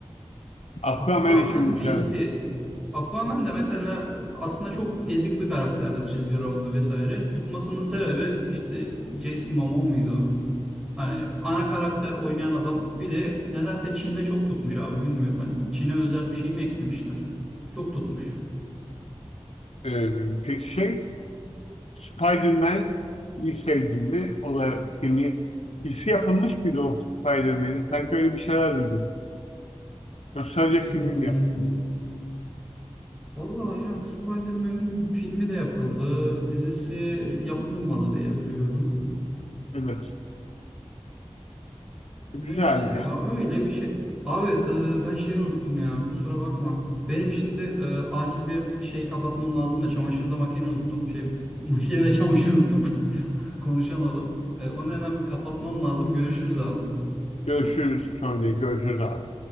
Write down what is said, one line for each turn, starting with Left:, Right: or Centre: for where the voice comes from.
Left: Aquaman
Centre: Aquaman
Left: için güzel.
Centre: DC. Aquaman da mesela aslında çok ezik bir karakterdir çizgi romanla vesaire. Tutmasının sebebi işte Jason Momoa muydu o? Hani ana karakter oynayan adam bir de nedense Çin'de çok tutmuş abi bilmiyorum. Hani Çin'e özel bir şey mi eklemişler? Çok tutmuş.
Left: Ee, peki şey, Spider-Man bir sevdin mi? O da filmi, dizisi yapılmış mıydı o Spider-Man'in? Sanki öyle bir şeyler duydum. Yok, sadece
Centre: Spider-Man'in
Left: film yapılmış.
Centre: Vallahi ya Spider-Man'in filmi de yapıldı, dizisi yapılmadı diye biliyorum.
Left: Evet. Güzel
Centre: Neyse ya
Left: ya.
Centre: öyle bir şey. Abi e, ben şeyi unuttum ya kusura bakma. Benim şimdi e, acil bir şey kapatmam lazım da çamaşırda makine unuttum. Şey <laughs> makinede çamaşır unuttum. <laughs> Konuşamadım. E, onu hemen bir kapatmam lazım. Görüşürüz abi.
Left: Görüşürüz sonra. Görüşürüz abi.